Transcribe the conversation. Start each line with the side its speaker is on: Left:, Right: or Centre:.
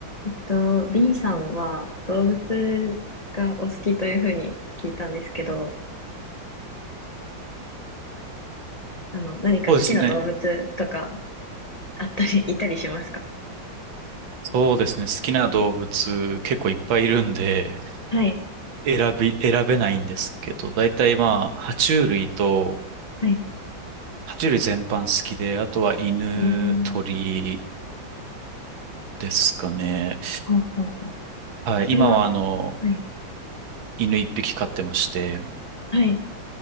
Left: えっと、B さんは動物がお好きというふうに聞いたんですけど、あの、何か好きな動物とか
Right: そうですね。
Left: あったり、いたりしますか
Right: そうですね。好きな動物結構いっぱいいるんで、
Left: はい。
Right: 選び、選べないんですけど、大体まあ、爬虫類と、
Left: はい。
Right: 爬虫類全般好きで、あとは犬、
Left: えー、
Right: 鳥ですかね。
Left: ほうほうほう。
Right: はい。
Left: それは、
Right: 今はあの、
Left: はい。
Right: 犬一匹飼ってまして、
Left: はい。